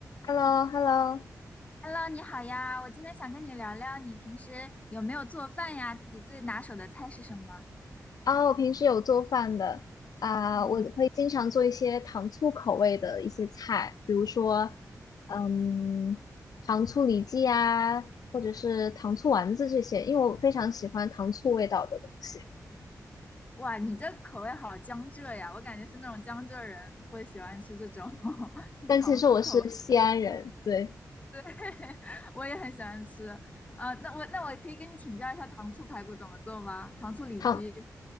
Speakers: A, on the left (about 80°); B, on the left (about 20°).
A: h e l l o h e l l o
B: Hello，你好呀，我今天想跟你聊聊，你平时有没有做饭呀？自己最拿手的菜是什么？
A: 啊，我平时有做饭的啊，
B: 嗯，
A: 我会经常做一些糖醋口味的一些菜，比如说，嗯，糖醋里脊啊，或者是糖醋丸子这些，因为我非常喜欢糖醋味道的东西。
B: 哇，你这口味好江浙呀，我感觉是那种江浙人会喜欢吃这种
A: 但其实我是西安人，
B: <laughs> 糖醋口味，
A: 对，
B: <laughs> 我也很喜欢吃。啊、那我那我可以跟你请教一下糖醋排骨怎么做吗？糖醋里脊。
A: 糖